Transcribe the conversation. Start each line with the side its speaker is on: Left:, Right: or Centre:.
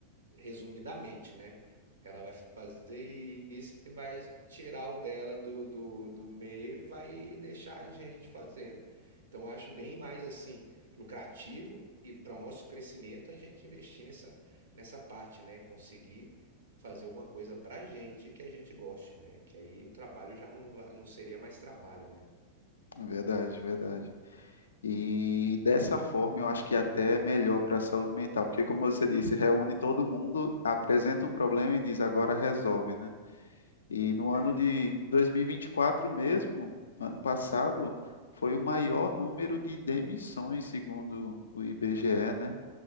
Right: resumidamente, né? Ela vai fazer isso e vai tirar o dela do, do, do meio e vai deixar a gente fazendo. Então, eu acho bem mais assim lucrativo e para o nosso crescimento a gente investir nessa, nessa parte, né? Conseguir fazer alguma coisa para a gente que a gente goste, né? Que aí o trabalho já não, va- não seria mais trabalho, né?
Left: Verdade, verdade. E dessa forma, eu acho que até é melhor para a saúde mental, porque, como você disse, reúne todo mundo, apresenta o problema e diz agora resolve, né? E no ano
Right: É,
Left: de 2024 mesmo, ano passado, foi o maior número de demissões, segundo o IBGE, né?